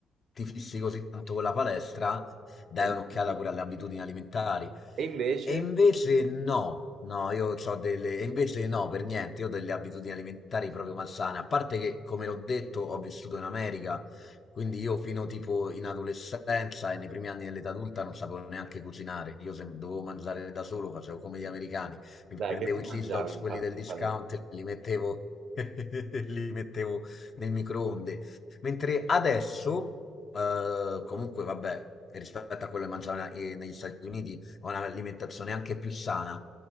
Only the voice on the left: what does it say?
ti fissi così tanto con la palestra, dai
un'occhiata pure alle abitudini alimentari.
E invece no, no, io ho delle, e invece no, per niente, io ho delle abitudini alimentari proprio malsane, a parte che, come l'ho detto, ho vissuto in America quindi io fino tipo in adolescenza e nei primi anni dell'età adulta non sapevo neanche cucinare. Io se dovevo mangiare da solo, facevo come gli americani. Mi
prendevo
i
cheese dogs,
quelli del discount,
e li mettevo, <laughs> li mettevo nel microonde. Mentre adesso, eh, comunque vabbè, rispetto a quello che mangiavo eh, negli Stati Uniti, ho un'alimentazione anche più sana.